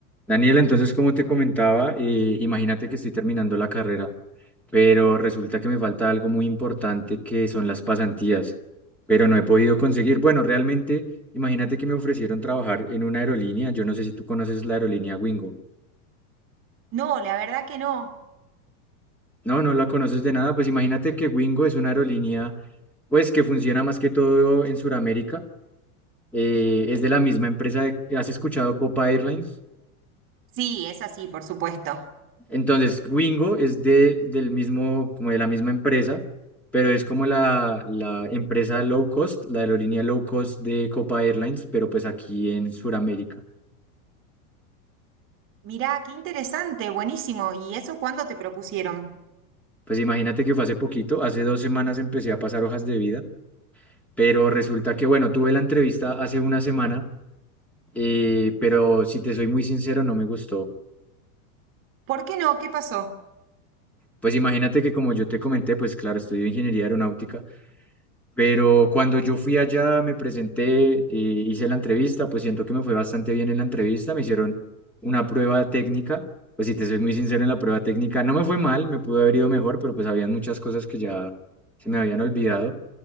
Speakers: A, in the centre; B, on the right.
A: Daniela, entonces, como te comentaba, eh, imagínate que estoy terminando la carrera, pero resulta que me falta algo muy importante que son las pasantías, pero no he podido conseguir. Bueno, realmente, imagínate que me ofrecieron trabajar en una aerolínea. Yo no sé si tú conoces la aerolínea Wingo.
B: No, la verdad que no.
A: No, no la conoces de nada. Pues imagínate que Wingo es una aerolínea, pues que funciona más que todo en Sudamérica. Eh, es de la misma empresa. de- ¿has escuchado Copa Airlines?
B: Sí, es así, por supuesto.
A: Entonces, Wingo es de, del mismo, como de la misma empresa, pero es como la, la empresa low cost, la aerolínea low cost de Copa Airlines, pero pues aquí en Sudamérica.
B: Mirá, qué interesante, buenísimo. ¿Y eso cuándo te propusieron?
A: Pues imagínate que fue hace poquito, hace dos semanas empecé a pasar hojas de vida, pero resulta que, bueno, tuve la entrevista hace una semana, eh, pero si te soy muy sincero, no me gustó.
B: ¿Por qué no? ¿Qué pasó?
A: Pues imagínate que como yo te comenté, pues claro, estudio ingeniería aeronáutica Pero cuando yo fui allá, me presenté, y hice la entrevista, pues siento que me fue bastante bien en la entrevista, me hicieron una prueba técnica, pues si te soy muy sincero en la prueba técnica, no me fue mal, me pudo haber ido mejor, pero pues habían muchas cosas que ya se me habían olvidado.